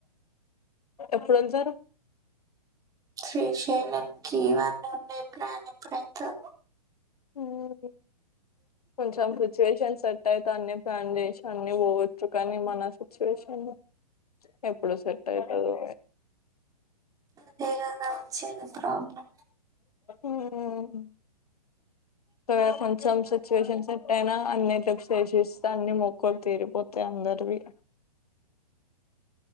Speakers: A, on the left; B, on the right.
A: ఎప్పుడొచ్చారు
B: శ్రీశైలంకి ఇవన్నీ ఉండే ప్లాన్ ఎప్పుడైతుంది
A: ఉహు కొంచెం సిచ్యువేషన్ సెట్ అయితాన్ని ప్లాన్ చేసి అన్ని పోవచ్చు కానీ మన సిచ్యువేషన్ ఎప్పుడు సెట్ అవుతదో
B: వేగంగా వచ్చింది ప్రాబ్లం
A: ఉమ్ ఇగ కొంచెం సిచ్యువేషన్ సెట్ అయినా అన్ని శేషిస్తేన్ని మొక్కలు తీరిపోతాయి అందరివి